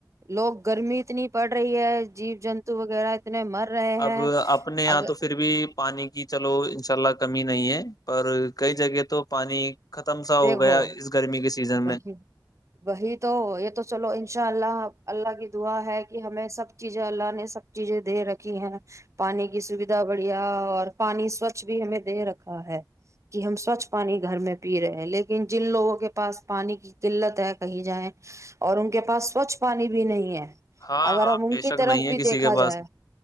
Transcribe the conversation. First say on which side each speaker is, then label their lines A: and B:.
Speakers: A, on the right; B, on the left.
A: لوگ گرمی اتنی پڑ رہی ہے جیب جنتو وغیرہ اتنے مر رہے
B: اب
A: ہیں
B: اپنے یہاں
A: اگر
B: تو پھر بھی پانی کی چلو انشاء اللہ کمی نہیں ہے پر کئی جگہ تو پانی ختم سا ہو
A: دیکھو
B: گیا
A: وہ
B: اس گرمی کے سیزن میں
A: وہی تو یہ تو چلو انشاء اللہ اللہ کی دعا ہے کہ ہمیں سب چیزیں اللہ نے سب چیزیں دے رکھی ہیں پانی کی سویدھا بڑھیا اور پانی سوچھ بھی ہمیں دے رکھا ہے کہ ہم سوچھ پانی گھر میں پی رہے لیکن جن لوگوں کے پاس پانی کی قلت ہے کہیں جائیں اور ان کے پاس سوچھ پانی بھی نہیں ہے
B: ہاں
A: اگر
B: ہاں
A: ہم ان
B: بے شک
A: کی طرف
B: نہیں ہے
A: بھی
B: کسی
A: دیکھا
B: کے پاس
A: جائے